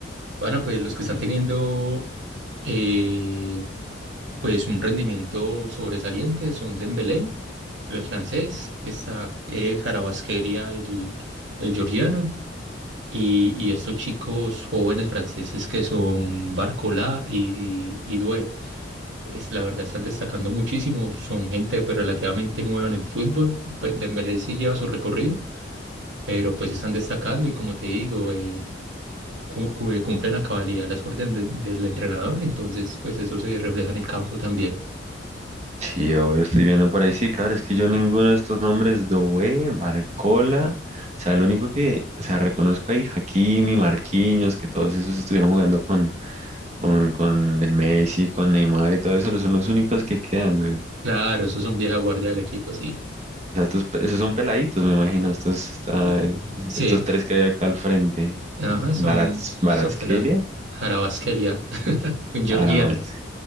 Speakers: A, on the right; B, on the right.
A: Bueno, pues los que están teniendo eh, pues un rendimiento sobresaliente son Dembélé, el francés, está eh, Kvaratskhelia, el, el georgiano, y, y estos chicos jóvenes franceses que son Barcola y, y Doué. es, la verdad están destacando muchísimo, son gente pues relativamente nueva en el fútbol, pues Dembélé sí lleva su recorrido, pero pues están destacando y como te digo, eh, cu- cu- eh, cumplen a cabalidad las órdenes de- del entrenador, entonces pues eso se refleja en el campo también.
B: Sí, obvio, estoy viendo por ahí. Sí, claro, es que yo ninguno de estos nombres, Doué, Barcola, o sea, el único que, o sea, reconozco ahí, Hakimi, Marquinhos, que todos esos estuvieron jugando con, con, con el Messi, con Neymar y todo eso, son los únicos que quedan, güey.
A: Claro, esos son vieja guardia del equipo, sí.
B: O sea, estos, pe- esos son peladitos, me imagino, estos, está-
A: Es- Sí,
B: estos tres que hay acá al frente,
A: ajá, son,
B: Baratz, Baratskhelia
A: son para Jarabasquelia, <laughs> un georgiano,
B: Ahora avance.